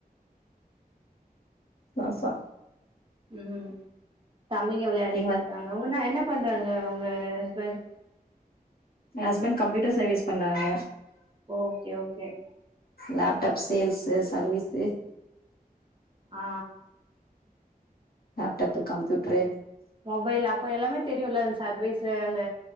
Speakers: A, on the left; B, on the right.
A: பாப்பா
B: ம் தம்பிங்க விளையாடிட்ருக்காங்க
A: நீங்க வந்
B: உங்கன்னா என்ன பண்றாங்க உங்க ஹஸ்பண்ட்
A: ஏ ஹஸ்பண்ட் கம்ப்யூட்டர் சர்வீஸ் பண்றாங்க
B: okay okay
A: laptop sales service
B: ஆ
A: லேப்டாப்பு கம்ப்யூட்டரு
B: மொபைல் அப்போ எல்லாமே தெரியும்ல அந்த சர்வீஸு அந்த